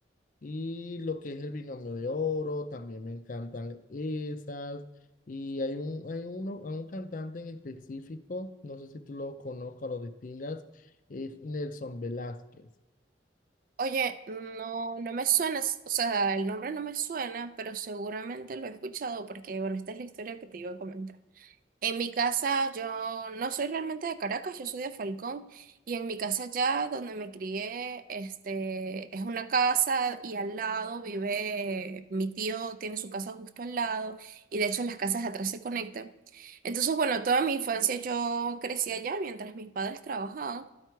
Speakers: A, on the left (about 45°); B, on the right (about 50°).
A: Y lo que es el binomio de oro, también me encantan esas. Y hay un, hay uno, hay un cantante en específico, no sé si tú lo conozcas o lo distingas, es Nelson Velázquez.
B: Oye, no, no me suena, s- o sea, el nombre no me suena, pero seguramente lo he escuchado porque, bueno, esta es la historia que te iba a comentar. En mi casa, yo no soy realmente de Caracas, yo soy de Falcón, y en mi casa ya donde me crié, este, es una casa y al lado vive mi tío, tiene su casa justo al lado, y de hecho las casas atrás se conectan. Entonces, bueno, toda mi infancia yo crecí allá mientras mis padres trabajaban.